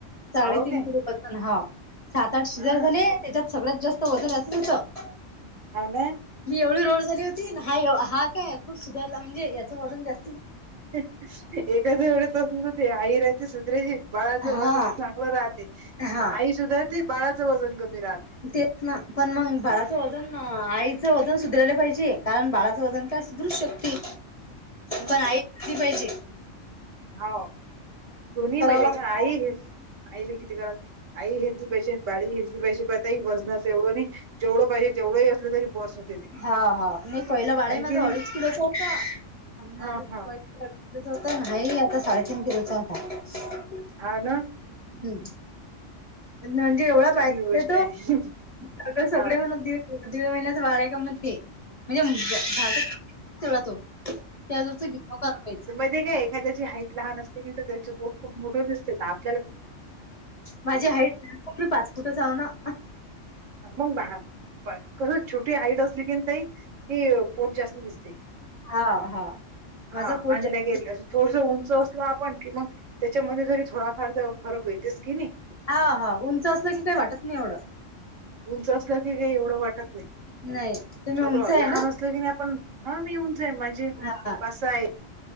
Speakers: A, on the left (about 35°); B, on the right (about 75°).
A: साडेतीन
B: हो काय?
A: किलो. पण हाव सात आठ शिजार
B: हां.
A: झाले, त्यांच्यात सगळ्यात जास्त वजन याचाच होतं.
B: हो ना
A: मी एवढी रोड झाली होती, हा हा काय खूप सुधारला म्हणजे याचं वजन‌ जास्त.
B: एकाच वेळेत अस ते आईर ते सुध्रे बाळाचं
A: हा
B: वजन चांगलं राहते मग
A: हा
B: आई सुद्धा. ते बाळाचं वजन कमी राहते.
A: तेच ना पण मग बाळाचं वजन आईचं वजन सुधारायला पाहिजे कारण बाळाचं वजन. तस दुरुस्त शक्ती.
B: <inaudible>
A: पण ऐकली पाहिजी.
B: हो, दोन्ही माहिती
A: लागतं
B: का आई हे. आईले किती करा आई हेिंदी पाहिजे बाडी हिंदी पाहिजे पताई वजनाचं एवढं आणि जेवढं पाहिजे. तेवढं ही असलं तरी बास आहे.
A: हा हा नाही पहिलं बाळही माझा
B: की नाही.
A: अडीच किलोचा होता, जाळी
B: हा हा.
A: पॉल पण होता आता नाही साडेतीन किलोचा होता.
B: हा ना
A: हम्म. म्हणजे
B: हम्म.
A: एवढा
B: चांगली
A: पाहि
B: गोष्ट
A: तो
B: आहे
A: अग सगळे
B: हा.
A: म्हणत दे दीड महिन्याचं बाळ आहे का म्हण ते, म्हणजे जा तेवढा तो त्या <unintelligible> काहीच.
B: ते काय एखाद्याची हाईट लहान असते, तिथं त्यांचं पोट खूप मोठं दिसतं त्यात.
A: माझी हाईट पाच फूट हाव ना.
B: मग बा छोटी हाईट असली की नाही ताई की पोट जास्त दिसते.
A: हा हा. माझं
B: हा
A: पोट
B: आणल्या
A: जास्त
B: गेले अस थोडस उंच असलो आपण की मग. त्याच्यामध्ये जरी थोडाफार तर फरक व्हयतेस की नाही.
A: हा हा उंच असलं की काही वाटत नाही एवढं.
B: उंच असलं की काही एवढं वाटत नाही,
A: नाही तुम्ही
B: छोट
A: उंच आहे
B: लहान
A: ना
B: असलं की नाही आपण हा मी येवून जाईन माझे
A: हा
B: पा सा आहेत.